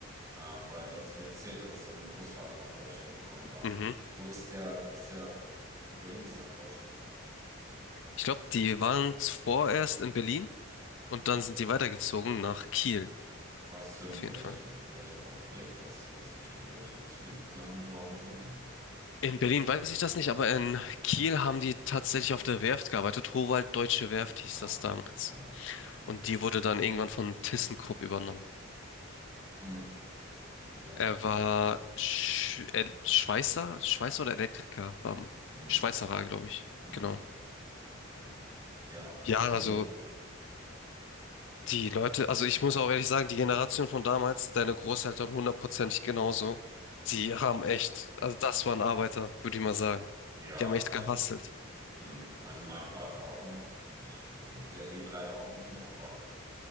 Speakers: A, on the right; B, on the left.
A: äh, weil du hattest mir erzählt, ja, dass dein Großvater nach Deutschland gekommen war.
B: Mhm.
A: Wo ist der, ist der, wohin ist er nach Deutschland gekommen?
B: Ich glaube, die waren zuvor erst in Berlin und dann sind die weitergezogen nach Kiel.
A: Weißt du, in
B: Auf jeden
A: welchen,
B: Fall.
A: in welcher Fabrik das, das nicht oder in welchem Betrieb die angeworben wurden?
B: In Berlin weiß ich das nicht, aber in Kiel haben die tatsächlich auf der Werft gearbeitet. Howald Deutsche Werft hieß
A: Ah,
B: das damals.
A: ja, okay.
B: Und die wurde dann irgendwann von ThyssenKrupp übernommen.
A: Mhm. Ja.
B: Er war Sch El- Schweißer, Schweißer oder Elektriker. War,
A: Mhm.
B: Schweißer war er, glaube ich.
A: Mhm.
B: Genau.
A: okay. Ja,
B: Ja,
A: also,
B: also Die Leute, also ich muss auch ehrlich sagen, die Generation von damals, deine Großeltern hundertprozentig genauso, die haben echt, also das waren Arbeiter, würde ich mal sagen.
A: ja,
B: Die haben echt
A: also,
B: gehustelt.
A: mhm. also mein Vater auch noch. Ich, äh, der lebt leider auch nicht mehr, aber